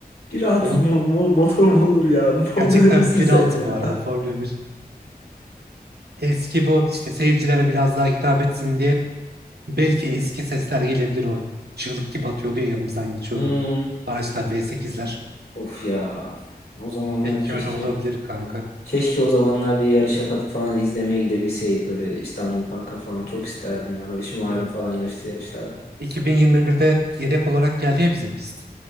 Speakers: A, on the left; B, on the right.
A: 1.6
B: On,
A: mo mo- motor mu olur ya? <laughs> Formula
B: gerçekten
A: 1'sin
B: bir
A: sen
B: altı
A: ya.
B: bu arada Formula bir Eski bu işte seyircilere biraz daha hitap etsin diye belki eski sesler gelebilir o. Çığlık gibi atıyordu ya yanımızdan geçiyordu.
A: Hı.
B: Araçlar V8'ler.
A: Of ya. O zamanlar
B: Belki
A: keşke
B: öyle olabilir kanka.
A: Keşke o zamanlar bir yarışa katıp falan izlemeye gidebilseydik böyle İstanbul Park'a falan çok isterdim ya böyle şımarım
B: Ya,
A: falan yarıştı yarışlarda.
B: 2021'de yedek olarak geldi ya bizim pist.